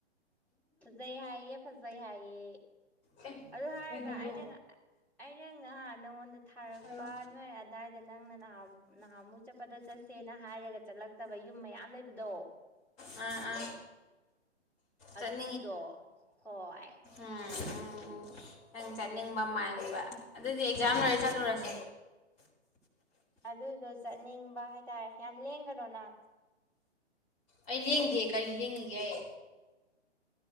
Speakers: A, in the centre; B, on the left.
A: ꯐꯖꯩ ꯍꯥꯏꯌꯦ ꯐꯖꯩ ꯍꯥꯏꯌꯦ
B: ꯑꯦ
A: ꯑꯗꯨ ꯍꯥꯏꯔꯒ
B: ꯀꯩꯅꯣꯗꯣ
A: ꯑꯩꯗ ꯑꯩꯅ ꯉꯍꯥꯛ ꯅꯪꯉꯣꯟꯗ ꯊꯥꯔꯛꯄ
B: ꯍꯥꯏꯔꯣ
A: ꯅꯣꯏ ꯑꯗꯥꯋꯥꯏꯗ ꯅꯪꯅ ꯅꯍꯥ ꯅꯍꯥꯃꯨꯛ ꯆꯠꯄꯗ ꯆꯠꯁꯦꯅ ꯍꯥꯏꯔꯒ ꯆꯠꯂꯛꯇꯕ ꯌꯨꯝ ꯃꯌꯥꯝ ꯂꯩꯕꯗꯣ
B: ꯑ ꯎꯥ
A: ꯑꯗꯨꯨꯗ ꯍꯣꯏ
B: ꯎꯝ ꯎꯝ ꯅꯪ ꯆꯠꯅꯤꯡꯕ ꯃꯕ ꯑꯗꯨꯗꯤ ꯑꯦꯛꯖꯥꯝ ꯂꯣꯏꯔ ꯆꯠꯂꯨꯔꯁꯦ
A: ꯑꯗꯨꯗꯣ ꯆꯠꯅꯤꯡꯕ ꯍꯥꯏꯇꯥꯔꯦ ꯌꯥꯝ ꯂꯦꯡꯒꯅꯣ ꯅꯪ
B: ꯑꯩ ꯂꯦꯡꯗꯦ ꯀꯔꯤ ꯂꯦꯡꯉꯒꯦ ꯑꯩ